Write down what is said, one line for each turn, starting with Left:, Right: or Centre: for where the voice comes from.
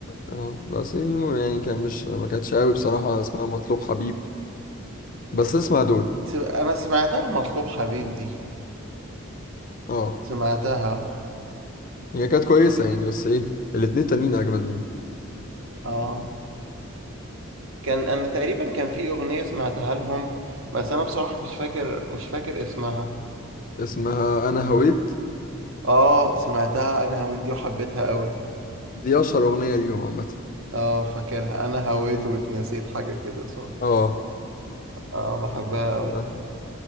Left: آه، بس يعني يعني كان مش ما كانتش اوي بصراحة اسمها مطلوب حبيب بس اسمع دول
Right: س- انا سمعتها مطلوب حبيب دي
Left: اه
Right: سمعتها
Left: هي كانت كويسة يعني بس ايه الاتنين تانيين اجمد منها
Right: اه كان انا تقريبا كان في اغنية سمعتها لهم بس انا بصراحة مش فاكر مش فاكر اسمها
Left: اسمها انا هويت
Right: اه سمعتها انا هويت دي وحبيتها قوي
Left: دي اشهر اغنية ليهم عامة
Right: اه فاكرها انا هويت واتنسيت حاجة كده صح
Left: اه
Right: اه بحبها قوي
Left: لا.